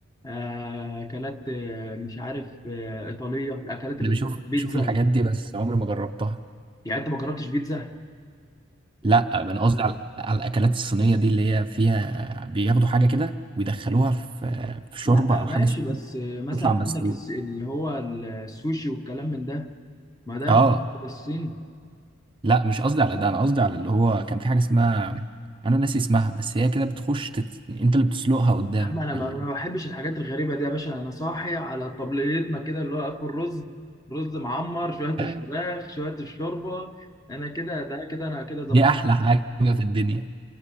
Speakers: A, on the left (about 20°); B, on the right (about 25°).
A: آه، اكلات آه، مش عارف آه، ايطاليه الاكلات
B: انا
A: الايطاليه
B: بشوف
A: بيتزا
B: بشوف الحاجات دي بس عمري ما جربتها
A: يعني انت ما جربتش بيتزا يعني
B: لا انا قصدي على على الاكلات الصينيه دي اللي هي فيها بياخدوا حاجه كده ويدخلوها في في شوربه
A: لا
B: او
A: ماشي
B: حاجه سخنه
A: بس آه، مثلا
B: تطلع
A: عندك
B: مسلوقه
A: الس- اللي هو السوشي والكلام من ده ما ده يعتبر
B: اه
A: الصين
B: لا مش قصدي على ده انا قصدي على اللي هو كان في حاجه اسمها انا ناسي اسمها بس هي كده بتخش تت... انت اللي بتسلقها قدامك
A: يا عم انا
B: بال...
A: ما أنا ما بحبش الحاجات الغريبه دي يا باشا انا صاحي على طبليتنا كده اللي هو اكل رز رز معمر شويه الفراخ
B: <laughs>
A: شويه الشوربه انا كده ده كده انا كده ظبطت
B: دي احلى حاجه في الدنيا